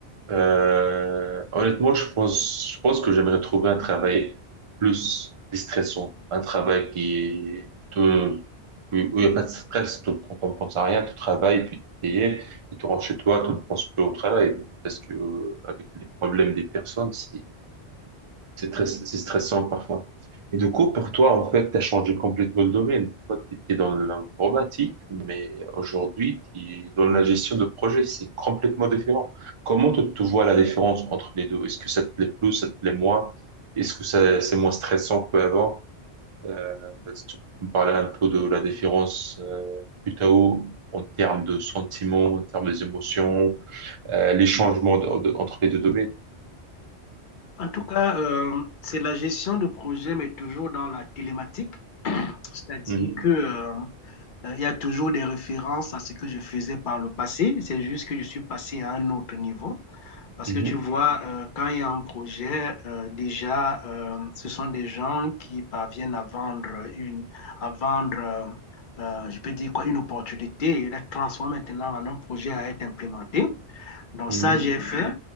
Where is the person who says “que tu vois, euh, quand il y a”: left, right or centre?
Left